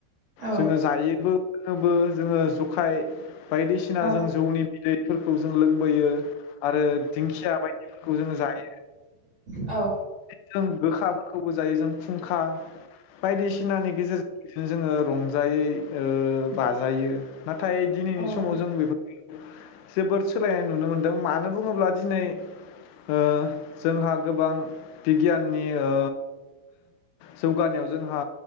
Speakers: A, on the right (about 55°); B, on the left (about 80°).
A: औ
B: जोङो जायोबो लोङोबो जोङो जखाय बायदिसिना
A: औ
B: जों जौनि बिदैफोरखौ जों लोंबोयो आरो दिंखिया बायदिफोरखौ जोङो जायो
A: औ
B: जों गोखाफोरखौबो जायो जों फुंखा बायदिसिनानि गेजेरजों बिदिनो जोङो रंजायै ओ बाजायो नाथाय दिनैनि समाव
A: औ
B: जों बेफोर जोबोर सोलायनाय नुनो मोनदों मानो बुङोब्ला दिनै ओह जोंहा गोबां बिगियाननि ओ जौगानायाव जोंहा